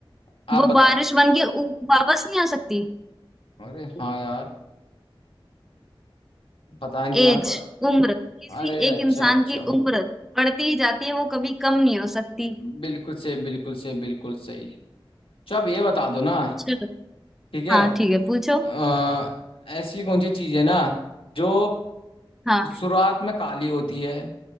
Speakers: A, on the left; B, in the centre.
A: आप
B: वो
A: बताओ
B: बारिश बन के ऊ- वापस नहीं आ सकती
A: अरे हाँ यार पता नहीं यार
B: एज
A: ब-
B: उम्र किसी
A: अरे अच्छा
B: एक इंसान
A: अच्छा
B: की उम्र बढ़ती ही जाती है वो कभी कम नहीं हो सकती
A: बिल्कुल सही बिल्कुल सही बिल्कुल सही अच्छा आप ये बता दो ना
B: चलो
A: ठीक है
B: हाँ ठीक है पूछो
A: अ, ऐसी कौन सी चीज है ना जो
B: हाँ
A: शुरुआत में काली होती है